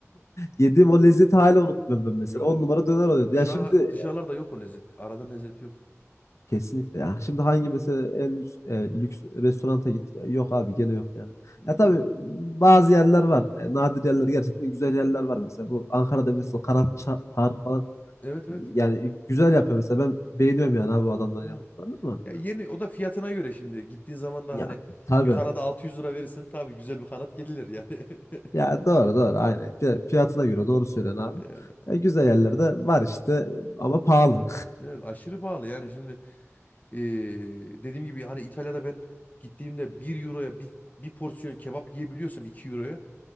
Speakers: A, on the left (about 70°); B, on the left (about 35°).
A: yediğim o lezzeti hala unutmuyorum ben mesela.
B: Yo.
A: On numara döner oluyordu.
B: Şu
A: Ya şimdi
B: an ha- dışarılarda yok o lezzet. Arada lezzet yok.
A: kesinlikle ya. Şimdi hangi mesela en lüks, e, lüks restoranta git. E, Yok abi gene yok yani. Ya
B: E, Yok.
A: tabii bazı yerler var. E, nadir yerler gerçekten güzel yerler var mesela. Bu Ankara'da bilirsin Kanat Ça- Tarık falan.
B: Evet evet.
A: Yani güzel yapıyor mesela. Ben beğeniyorum yani abi bu adamların
B: Evet.
A: yaptıklarını ama.
B: Ya yeni o da fiyatına göre şimdi. Gittiğin zaman da
A: Ya
B: hani
A: tabii.
B: bir kanada 600 lira verirsen tabii güzel bir kanat gelir yani. <laughs>
A: Ya doğru doğru aynı. Fiy- Fiyatına göre doğru söylüyorsun abi.
B: Yani
A: Ya, güzel yerlerde var işte ama pahalı.
B: evet aşırı pahalı yani şimdi eee, dediğim gibi hani İtalya'da ben gittiğimde bir euroya bir, bir porsiyon kebap yiyebiliyorsam 2 euroya